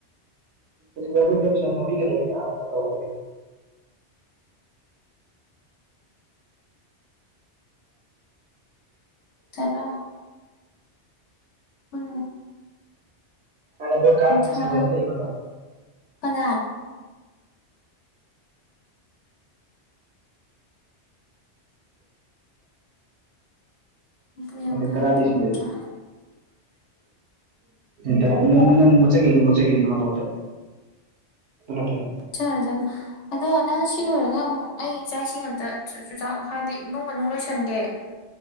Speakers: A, on the right; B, on the left.
A: ꯇ ꯄꯁ ꯃꯕꯤꯒ ꯆ ꯇꯗꯤ
B: ꯇꯔ ꯎ
A: ꯍꯥꯟꯅ ꯚꯣꯠ ꯀꯥꯔꯝꯕꯅꯤ
B: ꯅꯠꯇ꯭ꯔ
A: ꯁꯪꯒꯗꯤ ꯂꯩꯒꯅꯣ
B: ꯀꯒꯥ ꯍꯨꯝꯐꯨ ꯌꯥꯡꯈꯩ
A: ꯑ ꯇꯥꯗꯤꯁꯨꯨ
B: ꯍꯨꯝꯐꯨ ꯍꯨꯝꯗ꯭ꯔꯥ
A: ꯇ ꯅ ꯃꯆꯒꯤ ꯌꯦ ꯃꯆꯒꯤ ꯌꯦꯅꯤ ꯃꯣꯟꯇ ꯃꯄꯥꯏ
B: ꯆꯔ ꯍꯖꯅ ꯑꯗꯣ ꯅꯪ ꯁꯤ ꯂꯣꯏꯔꯒ ꯑꯃꯨꯛ ꯑꯩ ꯏꯥꯛ ꯏꯁꯤꯡ ꯑꯇ ꯆꯨꯖꯥꯛ ꯍꯥꯏꯗꯤ ꯏꯃꯨꯡ ꯃꯅꯨꯡ ꯂꯣꯏꯁꯟꯒꯦ <inaudible>